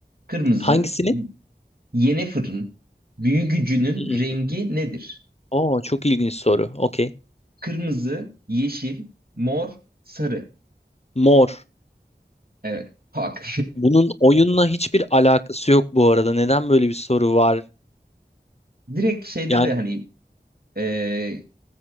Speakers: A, on the right; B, on the left.
A: Kırmızı.
B: Hangisinin?
A: Yene fırın gücünün
B: Hmm.
A: rengi nedir?
B: Oo, çok ilginç soru. Okey.
A: Kırmızı, yeşil, mor, sarı.
B: Mor.
A: Evet. Hak.
B: Bunun oyunla hiçbir alakası yok bu arada. Neden böyle bir soru var?
A: <laughs> Direkt şeyde
B: Yani
A: de hani e,